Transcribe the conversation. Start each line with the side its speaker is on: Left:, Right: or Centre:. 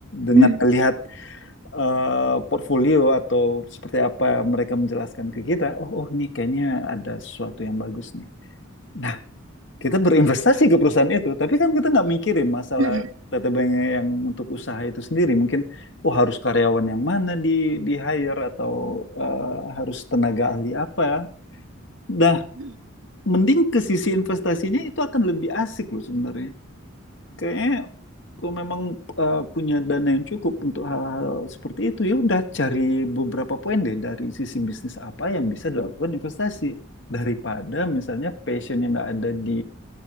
Left: dengan
Right: hmm,
Left: melihat eh, portfolio atau seperti apa mereka menjelaskan ke kita, oh, oh nih kayaknya ada sesuatu yang bagus nih. Nah, kita berinvestasi ke perusahaan itu, tapi kan kita nggak mikirin masalah
Right: hmm, hmm,
Left: TTB-nya yang untuk usaha itu sendiri. Mungkin, oh harus karyawan yang mana di di hire atau eh, harus tenaga ahli apa. Nah,
Right: hmm.
Left: mending ke sisi investasinya itu akan lebih asik loh sebenarnya. Kayaknya Kalau memang eh, punya dana yang cukup untuk hal-hal seperti itu, ya udah cari beberapa poin deh dari sisi bisnis apa yang bisa dilakukan investasi daripada misalnya passion yang nggak ada di